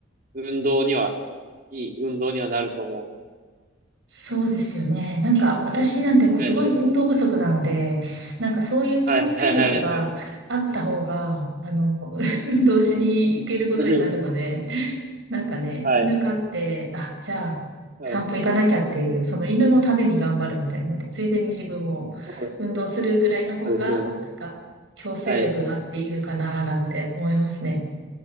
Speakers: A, on the right; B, on the right.
A: 運動には、いい運動にはなると思うん
B: そうですよね。なんか、私なんてもうすごい運動不足なので、
A: で。はい。
B: なんかそういう強制力があった方が、
A: はい、はい、はい、はい。
B: あの、<laughs> 運動しに行けることになるので、
A: うん
B: なんかね、
A: はい、
B: 犬飼って、あ、じゃあ、
A: <laughs> はい。
B: 散歩行かなきゃっていう、その犬のために頑張るみたいな。でついでに自分も運動するぐらいの方が、
A: そう、そうですね。
B: なんか、強制力があっていいのかななんて思いますね。
A: はい。